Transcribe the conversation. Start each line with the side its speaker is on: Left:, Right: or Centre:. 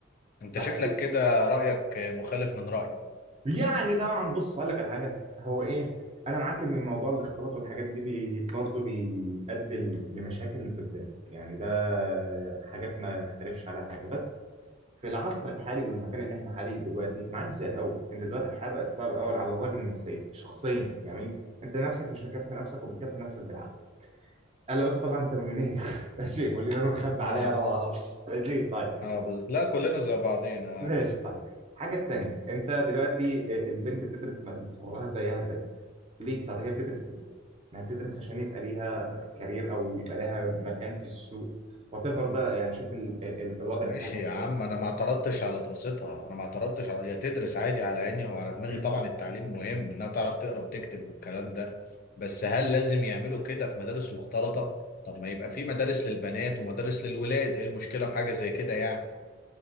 Left: انت
Right: ده
Left: شكلك كده رايك آه، مخالف من رايي
Right: يعني نوعا بص هقول لك على حاجه هو ايه انا معاك ان الموضوع الاختلاط والحاجات دي بي برضه بيؤدي ل- لمشاكل قدام يعني ده حاجات ما اختلفش عليها حاجه بس في العصر الحالي والمكان اللي احنا حاليه دلوقتي ما عادش زي الاول انت دلوقتي الحياه بقت صعبه قوي على الراجل نفسيا شخصيا يعني انت نفسك مش مكفي نفسك وبتكفي نفسك بالعافيه قال له بس طبعا انت مليونير <laughs> ماشي واللي انا مخبي عليا
Left: اه
Right: انا ما اعرفش ماشي طيب
Left: اه بز- لا كلنا زي بعضينا
Right: ماشي طيب الحاجه التانيه انت دلوقتي البنت بتدرس من صغرها زيها زي ليه طب هي بتدرس ليه؟ انها بتدرس عشان يبقى ليها كارير او يبقى لها مكان في السوق وات ايفر بقى يعني شوف ال... ال... الوضع
Left: ماشي
Right: بتاعها بيبقى
Left: يا عم
Right: ايه
Left: انا ما اعترضتش على دراستها انا ما اعترضتش على هي تدرس عادي على عيني وعلى دماغي
Right: مم.
Left: طبعا التعليم مهم انها تعرف تقرا وتكتب والكلام ده بس هل لازم يعملوا كده في مدارس مختلطة طب ما يبقى في مدارس للبنات ومدارس للولاد ايه المشكلة في حاجة زي كده يعني